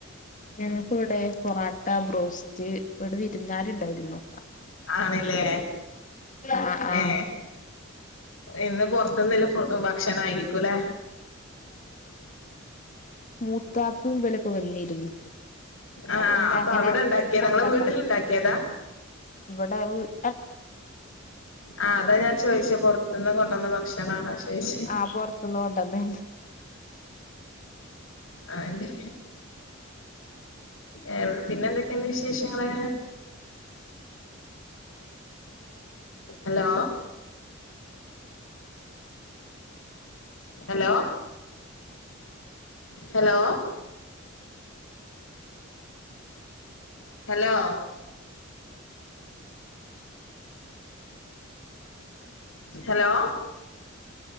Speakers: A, on the left (about 40°); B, on the left (about 75°).
A: ഞങ്ങക്ക് ഇവിടെ പൊറോട്ട, ബ്രോസ്റ്റ് ഇവിടെ വിരുന്ന് കാര് ഉണ്ടായിരുന്നു
B: ആണല്ലേ
A: ആഹ് ആഹ്
B: ഏ ഇന്ന് പൊറത്തിന്നില്ല ഫു <unintelligible> ക്ഷണായിരിക്കൂല്ലേ?
A: മൂത്താപ്പും വില ഇപ്പം വന്നിരുന്നു
B: ആഹ്
A: പിന്നെ
B: അപ്പൊ
A: അങ്ങനെ
B: അവിടെണ്ടാക്കിയതാ
A: കൊണ്ടന്ന
B: ഇങ്ങളെ വീട്ടിൽ ഇണ്ടാക്കിയതാ
A: ആ വീ
B: ആ അതാ ഞാൻ ചോയിച്ചെ പൊറത്ത്ന്ന് കൊണ്ടന്ന ഭക്ഷണാണോ ചോയിച്ചെ
A: ആ പൊറത്ത്ന്ന് കൊണ്ടന്നനെ
B: ആ എല്ലെ ഏ എവടെ പിന്നെ എന്തക്കേണ്ട് വിശേഷങ്ങള് hello hello hello hello hello